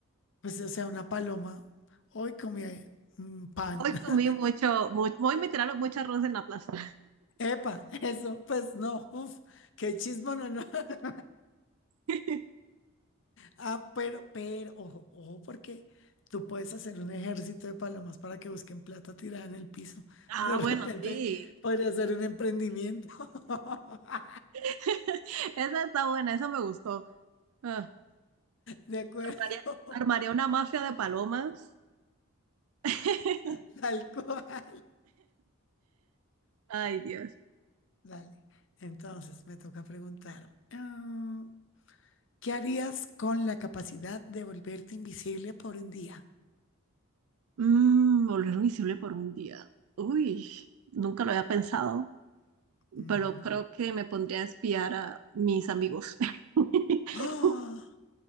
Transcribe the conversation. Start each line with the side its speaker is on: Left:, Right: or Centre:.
Left: pues, o sea, una paloma, hoy comí mm, pan.
Right: Hoy comí
Left: <laughs>
Right: mucho, mucho, hoy me tiraron mucho arroz en la plaza.
Left: Epa, eso, pues no, uff, qué chismo, no, no. <laughs>
Right: <laughs>
Left: Ah, pero, pero, ojo, ojo, porque tú puedes hacer un ejército de palomas para que busquen plata tirada en el piso.
Right: Ah,
Left: De repente
Right: bueno, sí.
Left: podría ser un emprendimiento. <laughs>
Right: <laughs> Esa está buena, esa me gustó. Ah,
Left: De acuerdo,
Right: armaría, armaría una mafia de palomas. <laughs>
Left: <laughs> tal cual.
Right: Ay, Dios.
Left: Dale. Entonces me toca preguntar, ah, ¿qué harías con la capacidad de volverte invisible por un día?
Right: Mm, volver invisible por un día. Uy, nunca lo había pensado,
Left: Mm.
Right: pero creo
Left: <gasps>
Right: que me pondría a espiar a mis amigos <laughs>
Left: ¡Ah!